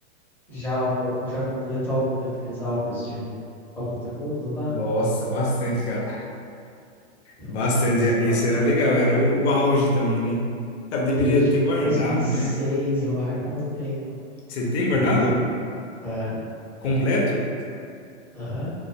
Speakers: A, in the centre; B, on the left.
A: já, mo- já completou algum daqueles álbuns de Copa do Mundo lá?
B: Nossa, bastante, cara.
A: Não,
B: Bastante.
A: aqueles lá,
B: Isso era legal, era o, o auge também, né? Cara, deveria
A: desde
B: ter guardado,
A: 2006,
B: né?
A: eu acho que eu tenho,
B: Você tem guardado?
A: todo ano. É,
B: Completo?
A: tenho. Aham.